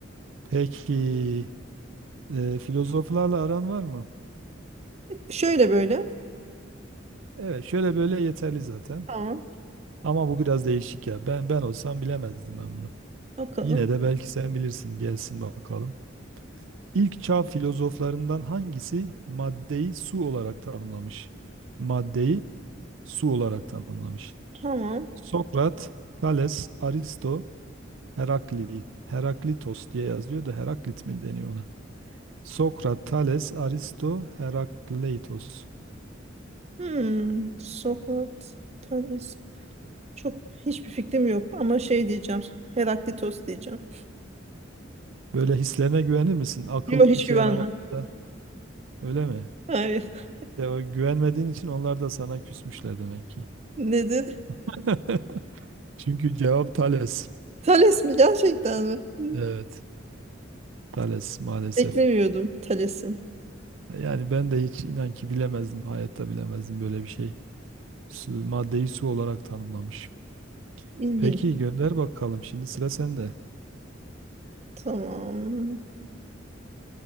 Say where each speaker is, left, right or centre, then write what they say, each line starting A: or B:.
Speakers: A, on the right; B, on the right.
A: Peki e, filozoflarla aran var mı?
B: Şöyle böyle.
A: Evet şöyle böyle yeterli zaten.
B: Tamam.
A: Ama bu biraz değişik ya. Ben ben olsam bilemezdim ben bunu.
B: Bakalım.
A: Yine de belki sen bilirsin. Gelsin bakalım. İlk çağ filozoflarından hangisi maddeyi su olarak tanımlamış? Maddeyi Su olarak tanımlamış.
B: Tamam.
A: Sokrat, Thales, Aristo, Heraklit, Heraklitos diye yazılıyor da Heraklit mi deniyor ona? Sokrat, Thales, Aristo, Herakleitos.
B: Hmm, Sokrat tanesi. Çok hiçbir fikrim yok ama şey diyeceğim. Heraklitos diyeceğim.
A: Böyle hislerine güvenir misin? Akıl
B: Yok hiç
A: işe
B: güvenmem.
A: yaramadığında öyle mi?
B: Hayır. <laughs>
A: De, o güvenmediğin için onlar da sana küsmüşler demek ki.
B: Nedir?
A: <laughs> Çünkü cevap Thales.
B: Thales mi gerçekten mi? Hmm,
A: Evet, Thales maalesef.
B: Beklemiyordum Thales'i.
A: Yani ben de hiç inan ki bilemezdim, hayatta bilemezdim böyle bir şey. Su, maddeyi su olarak tanımlamış.
B: İlginç.
A: Peki gönder bakalım. Şimdi sıra sende.
B: Tamam.